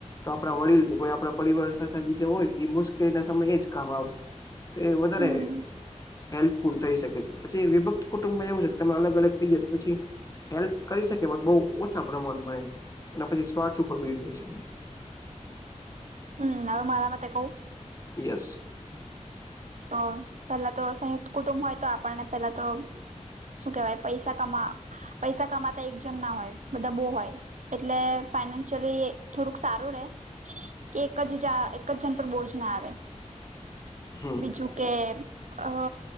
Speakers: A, on the left; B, on the right.
A: તો આપણા વડીલ કે કોઈ આપણા પરિવાર સાથે બીજા હોય તો એ મુશ્કેલી ના સમય એ જ કામ આવે. તો એ વધારે
B: હમ
A: હેલ્પફુલ થઈ શકે છે પછી વિભક્ત કુટુંબમાં એવું છેક તમે અલગ અલગ થઈ જાય તો પછી હેલ્પ કરી શકીયે બટ બહુ ઓછા પ્રમાણમાં એમ અને પછી સ્વાર્થ ઉપર વાયુ જાય છે બધું.
B: હમ હવે મારા મતે કવ
A: યસ
B: તો પેલા તો સંયુક્ત કુટુંબ હોય તો આપણને પેલા તો શું કેવાય પૈસા કમા પૈસા કમાતા એક જન ના હોય બધા બો હોય એટલે ફાઈનાન્શિયલી થોડુંક સારું રે કે એક જ જા એક જ જણ પર બોજ ના આવે
A: હમ
B: બીજું કે અ